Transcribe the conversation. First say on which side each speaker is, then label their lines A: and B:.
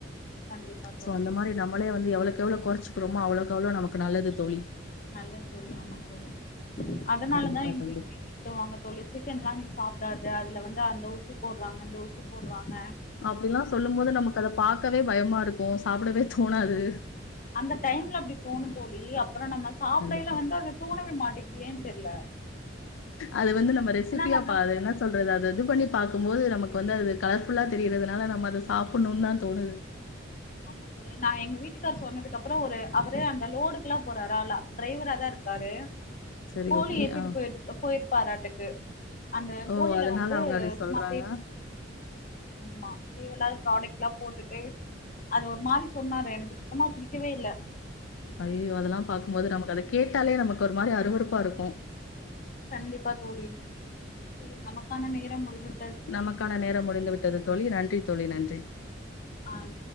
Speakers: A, on the left; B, on the left.
A: கண்டிப்பா தோழி
B: சோ அந்த மாரி நம்மளே வந்து எவ்ளோ எவ்ளோ குறைச்சிக்குறோமோ அவ்ளோக்கு அவ்ளோ நமக்கு நல்லது தோழி
A: நல்லது தோழி ஆமா தோழி அதனாலதா
B: கண்டிப்பா
A: எங்க
B: கண்டிப்பா
A: வீட்டு திட்டுவாங்க தோழி சிக்கன்ல்லா நீ சாப்டாத அதுல வந்து அந்த ஊசி போட்றாங்க இந்த ஊசி போட்றாங்க
B: அப்டிலா சொல்லும் போது நமக்கு அத பாக்கவே பயமா இருக்கு சாப்டவே தோணாது
A: ஆமா தோழி அந்த டைம்ல அப்டி தோணும் தோழி அப்புறோ நம்ம சாப்டைல
B: கண்டிப்பா
A: வந்து அது தோணவே மாட்டேங்குது ஏன்னு தெர்ல
B: அது வந்து நம்ம ரெசிபியா
A: ஆனா நம்ம
B: பா என்ன சொல்றது அத இது பண்ணி பாக்கும்போது நமக்கு வந்து அது கலர்ஃபுல்லா தெரியிறதுனால நம்ம அத சாப்புனு தா தோணுது
A: ஆமா தோழி நா எங்க வீட்டுக்காரரு சொன்னதுக்கு அப்புறோ ஒரு அவரு அந்த லோடுக்குல்லா போறாரால டிரைவரா தா இருக்காரு
B: சரி
A: கோழி
B: ஓகே
A: ஏத்திட்டு
B: ஆ
A: போயிரு போயிருப்பாருக்கு அந்த
B: ஓ
A: கோழில
B: அதனால
A: வந்து
B: அவங்க அப்டி
A: சும்மா
B: சொல்றாங்க
A: ஆமா தேவ இல்லாத ப்ராடக்ட் எல்லா போட்டுட்டு அது ஒரு மாரி சொன்னாரு எனக்கு சுத்தமா பிடிக்கவே இல்ல
B: ஐயயோ அதெல்லா பாக்கும்போது நமக்கு அத கேட்டாலே நமக்கு ஒரு மாரி அறுவறுப்பா இருக்கு
A: கண்டிப்பா தோழி தோழி நமக்கான நேரம் முடிஞ்ச
B: நமக்கான நேரோ முடிந்து விட்டது தோழி நன்றி தோழி நன்றி
A: ஆம்